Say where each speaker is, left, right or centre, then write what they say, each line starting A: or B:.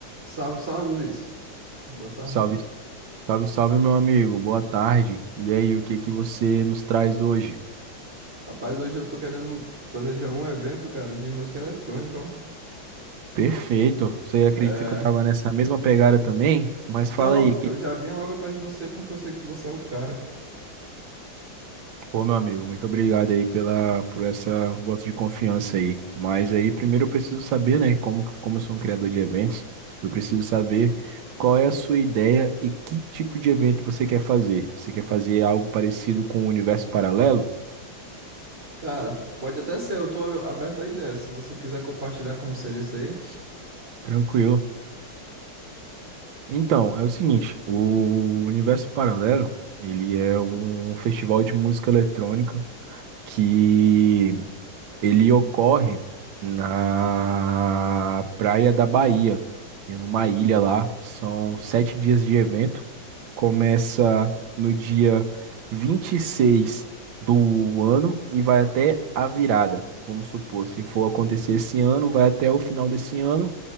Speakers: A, on the right; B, on the right.
A: Salve, salve, Luiz. Boa tarde.
B: Salve, salve, salve, meu amigo. Boa tarde. E aí, o que que você nos traz hoje?
A: Rapaz, hoje eu tô querendo planejar um evento, cara, de música eletrônica, ó.
B: Perfeito. Você acredita
A: É...
B: que eu tava nessa mesma pegada também? Mas
A: Então,
B: fala aí.
A: eu já vim logo atrás de você porque eu sei que você é o cara.
B: Pô, meu amigo, muito obrigado aí pela, por essa voto de confiança aí. Mas aí, primeiro eu preciso saber, né, como, como eu sou um criador de eventos, eu preciso saber qual é a sua ideia e que tipo de evento você quer fazer. Você quer fazer algo parecido com o universo paralelo?
A: Cara, pode até ser, eu tô aberto a ideia, se você quiser compartilhar como seria isso daí.
B: Tranquilo. Então, é o seguinte, o Universo Paralelo, ele é um festival de música eletrônica que ele ocorre na praia da Bahia, em uma ilha lá. São sete dias de evento. Começa no dia 26 do ano e vai até a virada. Vamos supor, se for acontecer esse ano, vai até o final desse ano